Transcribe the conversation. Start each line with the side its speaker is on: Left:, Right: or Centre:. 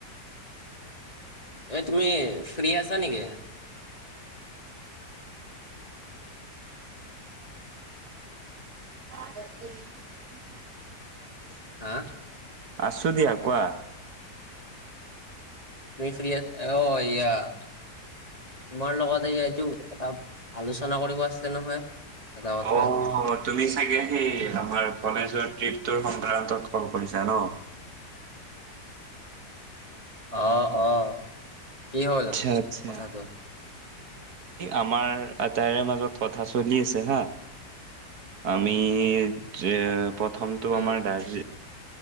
Left: এ তুমি ফ্ৰী আছা নেকি?
Right: <unintelligible>
Left: হা।
Right: আছো দিয়া কোৱা।
Left: তুমি ফ্ৰী আছ অ এয়া তোমাৰ লগত এই এইটো এটা আলোচনা কৰিব আছিলে নহয়। এটা কথা
Right: অ তুমি চাগে সেই আমাৰ কলেজ যোৱাৰ ট্ৰিপৰ সংক্ৰান্তত কল কৰিছা ন?
Left: অঁ, অ, কি হ'ল
Right: আচ্ছা আচছা
Left: কথাটো
Right: আমাৰ আ তাৰে মাজত কথা চলি আছে হা আমি যে প্ৰথমটো
Left: উম
Right: আমাৰ দাৰ্জি